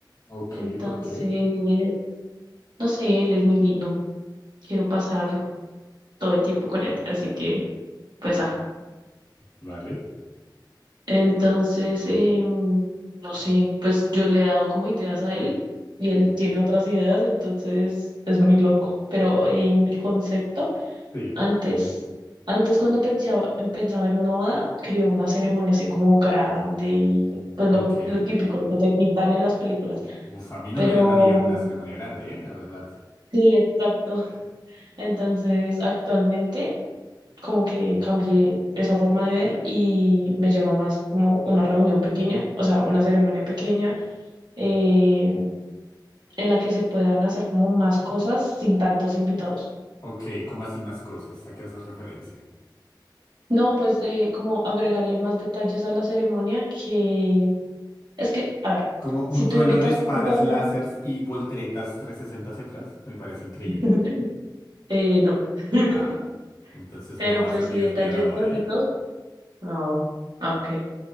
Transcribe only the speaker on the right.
Entonces,
no sé, él es muy lindo, quiero pasar todo el tiempo con él, así que pues ajá.
Entonces, em, no sé, pues yo le he dado como ideas a él y él tiene otras ideas, entonces es muy loco, pero en mi concepto...
Antes, antes cuando pensaba, pensaba en una boda, quería una ceremonia así como grande y pues
lo, lo típico, lo que te pintan en las películas.
Pero
sí, exacto. <laughs> Entonces, actualmente como que cambié esa forma de ver y me llama más como una reunión pequeña, o sea, una ceremonia pequeña eh, en la que se puedan hacer como más cosas sin tantos invitados.
No, pues eh, como agregarle más detalles a la ceremonia que Es que, a ver,
si tú
invitas
un montón
de gente,
<laughs> eh, no. <laughs>
Pero
pues
sí,
detalles
bonitos.
Oh, ah, ok.